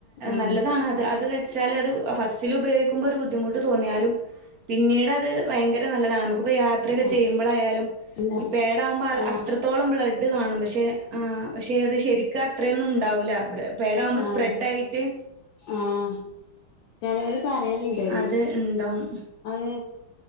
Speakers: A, on the left (about 70°); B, on the right (about 60°).
A: ഉം
B: നല്ലതാണത്. അത് വെ ച്ചാൽ അത് ഫസ്റ്റിൽ ഉപയോഗിക്കുമ്പോ ഒരു ബുദ്ധിമുട്ട് തോന്നിയാലും പിന്നീട് അത് ഭയങ്കര നല്ലതാണ് നമുക്ക്. യാത്രക്കെ
A: ആഹ്
B: ചെയ്യുമ്പളായാലും.
A: അല്ല
B: ഈ പേഡാകുമ്പോ
A: ആഹ്
B: അത്രത്തോളം ബ്ലഡ് കാണും. പക്ഷെ ആ പക്ഷെ അത് ശരി അത്രയൊന്നും ഉണ്ടാവൂല. പേഡാകുമ്പോ
A: ആഹ്
B: സ്പ്രെഡ് ആയിട്ട്.
A: ആഹ് ചെലോല് പറയല്ണ്ടത്.
B: അത് ഇണ്ടാവും
A: അത്